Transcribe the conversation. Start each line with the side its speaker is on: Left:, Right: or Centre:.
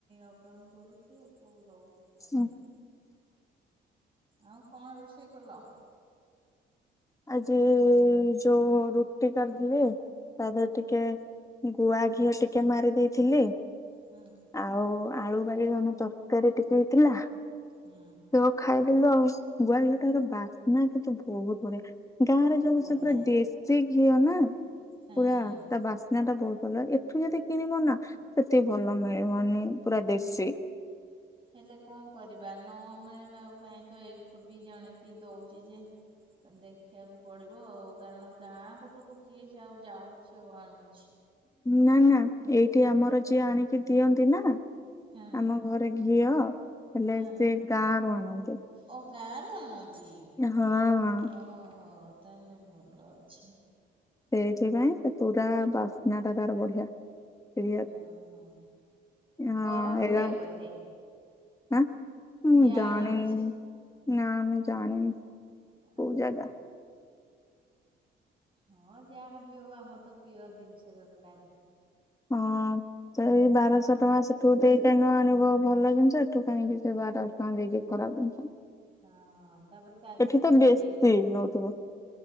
Right: ଅପଡାଉନ୍ କରୁ ସିଏ ଆଉ କଉ ରହୁଚି ଥୟ
Left: ହୁଁ।
Right: ହେଇକି। ଆଉ କଣ ରୋଷେଇ କଲ?
Left: ଆଜି ଯଉ ରୁଟି କରିଥିଲି ତା ଦେହେରେ ଟିକେ ଗୁଆ ଘିଅ ଟିକେ ମାରି ଦେଇଥିଲି
Right: ହୁଁ।
Left: ଆଉ ଆଳୁ ବାଇଗଣ ତରକାରୀ ଟିକେ ହେଇଥିଲା
Right: ହୁଁ।
Left: ସେଇଆ କୁ ଖାଇଦେଲୁ ଆଉ ଗୁଆଘିଅ ଟା ବାସ୍ନା କିନ୍ତୁ ବହୁତ୍ ବଢିଆ। ଗାଁ
Right: ବହୁତ
Left: ରେ ଯଉ
Right: ବଢ଼ିଆ।
Left: ସେ ପୁରା ଦେଶୀ ଘିଅ ନା
Right: ହଁ।
Left: ପୁରା ତା ବାସ୍ନା ଟା ବହୁତ୍ ଭଲ୍ ଲାଗେ ଏ ଏଠୁ ଯଦି କିଣିବ ନା ସେତିକି ଭଲ ମିଳିବନି ପୁରା ଦେଶୀ
Right: ହେଲେ କଣ କରିବା ନ ମିଳିବା ପାଇଁ ତ ଏଇଠୁ ବି ଜଣେ କିଏ ଦଉଚି ଯେ ଦେଖିବାକୁ ପଡିବ ଆଉ କାରଣ ଗାଁ ପଟକୁ କିଏ ସେ ଆଉ ଯାଉଚି ଆଉ ଆଣୁଚି।
Left: ନା ନା ଏଇଠି ଆମର ଯିଏ ଆଣିକି ଦିଅନ୍ତି ନା ଆମ
Right: ହଁ
Left: ଆମ ଘରେ ଘିଅ ହେଲେ
Right: ହଁ
Left: ସେ ଗାଁ ରୁ ଆଣନ୍ତି।
Right: ଓ ଗାଁ ରୁ ଆଣନ୍ତି
Left: ହଁ
Right: ଓ-ହ ତାହେଲେ ଭଲ ଅଛି।
Left: ସେଇଥିପାଇଁ ସେ ପୁରା ବାସ୍ନା ଟା ତାର ବଢିଆ। ଘିଅ।
Right: ହଁ- ହଁ
Left: ହଁ
Right: ବରହ୍ମପୁରିଆ
Left: ଏଇରା
Right: ବୋଧେ?
Left: ଆଁ। ମୁଁ
Right: ଯିଏ ଆଣନ୍ତି
Left: ଜାଣିନି
Right: ସେ
Left: ନା ଆମେ ଜାଣିନୁ କଉ
Right: ଓହୋ
Left: ଜାଗା।
Right: ହଁ ଯାହାବି ଆଉ ଆମର ତ ପିଓର ଜିନିଷ ଦରକାରେ।
Left: ହଁ। ତ ଏଇ ବାରଶ ଟଙ୍କା ସେଠୁ ଦେଇ କାଇଁ ନ ଆଣିବ ଭଲ ଜିନିଷ ଏଠୁ କାହିଁକି ସେ ବାରଶ ଦେଇକି ଖରାପ୍ ଜିନିଷ
Right: ହଁ ତାପରେ ତା ଦେହରେ
Left: ଏଠି ତ
Right: ମିଶେଇ
Left: ବେଶୀ
Right: ଦଉଛନ୍ତି।
Left: ନଉଥିବ